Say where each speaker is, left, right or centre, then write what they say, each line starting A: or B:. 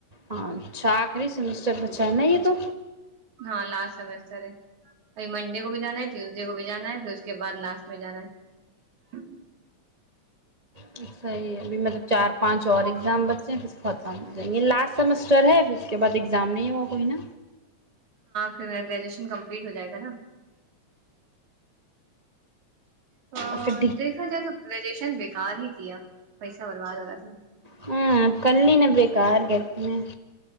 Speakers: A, on the right; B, on the right.
A: ہاں اچھا آخری سیمیسٹر ب چ ہےنا ہے تو
B: ہاں لاسٹ سمیسٹر ہے اب منڈے کو بھی جانا ہے ٹیوزڈے کو بھی جانا ہے پھر اس کے بعد لاسٹ میں جانا ہے
A: کہ صحیح ابھی مطلب چار پانچ اور ایگزام بچے ہیں پ خت ہو جائیں گے لاسٹ سمسٹر ہے پھر اس کے بعد ایگزام نہیں ہوا کوئی نا
B: تو میرا گریجویشن کمپلیٹ ہو جائے گا نا ا
A: پھر
B: دیکھا جائے تو گریجویشن بھی کار ہی کیا پیسہ برباد والا س
A: ہاں کلین بیکا آار گت میں